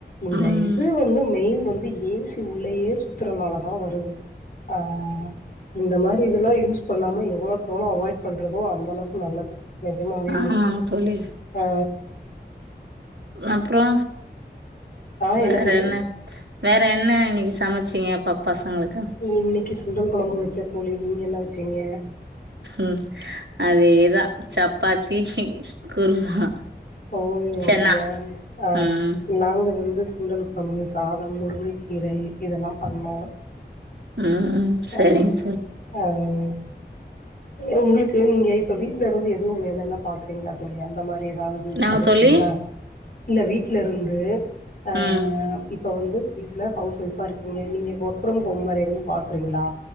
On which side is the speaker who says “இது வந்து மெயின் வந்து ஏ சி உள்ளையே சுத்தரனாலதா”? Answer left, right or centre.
Left